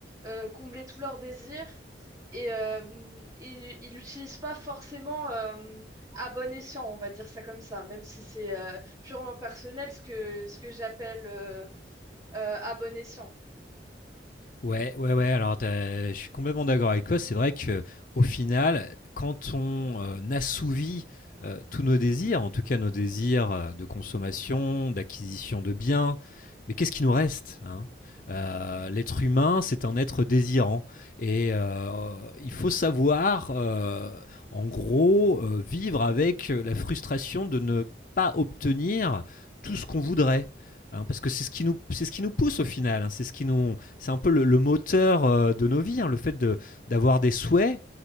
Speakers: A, on the right; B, on the left.
A: euh, combler tous leurs désirs et euh, il il l'utilise pas forcément euh, à bon escient, on va dire ça comme ça, même si c'est euh, purement personnel ce que, ce que j'appelle euh, euh, à bon escient.
B: Ouais, ouais, ouais. Alors, t'as- je suis complètement d'accord avec toi. C'est vrai que au final, quand on euh, assouvit euh, tous nos désirs, en tout cas nos désirs euh, de consommation, d'acquisition de biens, mais qu'est-ce qui nous reste, hein? Euh, l'être humain, c'est un être désirant. Et euh, il faut savoir, euh, en gros, euh, vivre avec euh, la frustration de ne pas obtenir tout ce qu'on voudrait. hein, parce que c'est ce qui nous, c'est ce qui nous pousse au final. hein, c'est ce qui nous c'est un peu le, le moteur euh, de nos vies, hein, le fait de- d'avoir des souhaits